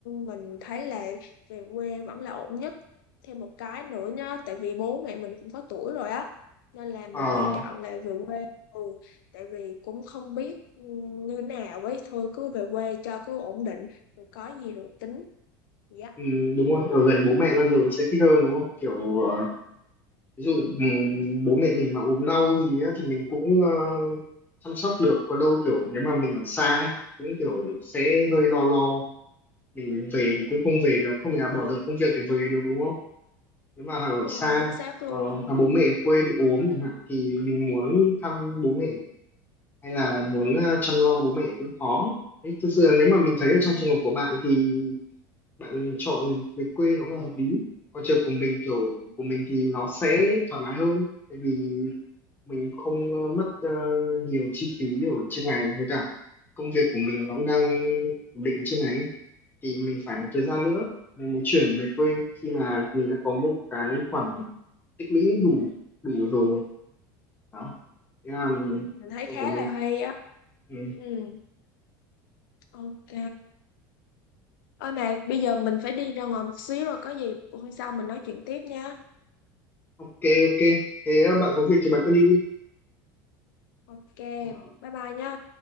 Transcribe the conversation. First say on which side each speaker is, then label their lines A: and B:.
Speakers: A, on the left (about 85°); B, on the left (about 15°).
A: mình thấy là về quê vẫn là ổn nhất thêm một cái nữa nhá tại vì bố mẹ mình cũng có tuổi rồi á nên là mình
B: Ờ,
A: lựa chọn là về quê ừ tại vì cũng không biết ừ, như nào ấy thôi cứ về quê cho cứ ổn định rồi có gì rồi tính dạ
B: ừ, đúng rồi ở gần bố mẹ bao giờ cũng sẽ thích hơn đúng không kiểu ờ, ví dụ ừ, bố mẹ mình mà ốm đau gì á, thì mình cũng ờ, chăm sóc được còn đâu kiểu nếu mà mình ở xa ấy, cũng kiểu sẽ hơi lo lo thì về thì cũng không về được không nhà bỏ dở công việc thì về được đúng không nếu mà ở
A: đúng rồi
B: xa
A: chính xác luôn
B: ờ, mà bố mẹ ở quê bị ốm chẳng hạn thì mình muốn thăm bố mẹ hay là muốn ờ, chăm lo bố mẹ cũng khó Đấy, thực sự là nếu mà mình
A: ừ.
B: thấy ở trong trường hợp của bạn thì bạn chọn về quê nó là hợp lý còn trường của mình kiểu
A: Ừ.
B: của mình thì nó sẽ thoải mái hơn tại vì mình không ờ, mất ờ, nhiều chi phí ở trên này với cả công việc của mình nó cũng đang ổn định ở trên này thì mình phải một thời
A: Ừ.
B: gian nữa mình mới chuyển về quê khi mà mình đã có một cái khoản tích lũy đủ đủ rồi đó thế là
A: Ừ.
B: mình-
A: mình thấy
B: trường
A: khá
B: của mình
A: là hay á
B: ừ.
A: ừ ok Ôi mà bây giờ mình phải đi ra ngoài một xíu rồi có gì hôm sau mình nói chuyện tiếp nha.
B: ok ok thế bạn có việc thì bạn cứ đi đi
A: Ok,
B: Dạ,
A: bye bye nha.